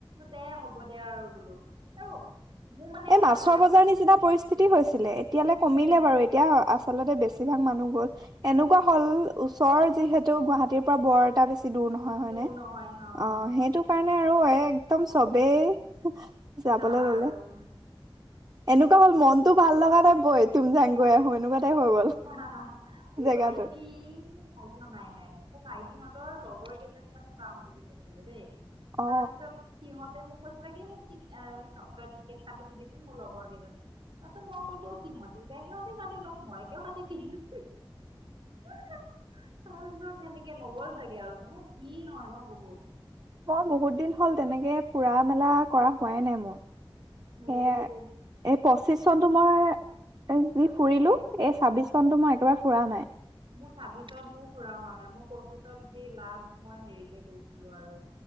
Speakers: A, on the right; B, on the right.
A: দে হ'ব দে আৰু বোলো আৰু মোৰ মানে
B: এ
A: এটা
B: মাছৰ
A: হয়
B: বজাৰ নিচিনা পৰিস্থিতি হৈছিলে, এতিয়ালৈ
A: উম
B: কমিলে বাৰু এতিয়া আচলতে বেছিভাগ মানুহ গ'ল। এনেকুৱা হ'ল ওচৰৰ যিহেতু গুৱাহাটীৰ পৰা বৰ এটা বেছি দূৰ নহয়। হয়, হয়,
A: দূৰ
B: নে?
A: নহয় হ
B: অ',
A: হ
B: সেইটো কাৰণে আৰু একদম চবেই যাবলে
A: যা আৰু
B: ল'লে।
A: উম।
B: এনেকুৱা হ'ল মনত ভাল লগা নাই বৈ তুমজাং গৈ আহো এনেকুৱা টাইপ হৈ গ'ল।
A: মোৰ
B: জেগাটো
A: ভাইটি ভাইটিহত নাই নাই নাই মোৰ ভাইটিহঁতৰ লগৰ কেইজনী মানে যাম বুলি কৈছিলে দেই।
B: অ
A: তাৰপিছত সিহতে মোক কৈছিলে কি মোক তই টিকেট কাতি দিবিচোন মোৰ লগৰ কেইজনী। তাৰপিছত মই কলো সিহঁতি যায় সিহঁতে কাটি লওক মই কিয় কাটি দিম। তাৰপিছত সেনেকে নগ'ল চাগে আৰু মানে ভিৰ হয় ন' বহুত!
B: মই বহুত দিন হ'ল তেনেকে ফুৰা-মেলা কৰা হোৱাই নাই মোৰ।
A: মোৰো
B: সেয়া। এই পঁচিশ চনতটো মই যি ফুৰিলো, এই ছাব্বিছ চনটো মই একেবাৰে ফুৰা নাই।
A: মোৰ ছাব্বিশত মোৰ ফুৰা হোৱা নাই, মই পঁচিছত যি লাষ্ট মই হেৰিলৈ গৈছিলো আৰু।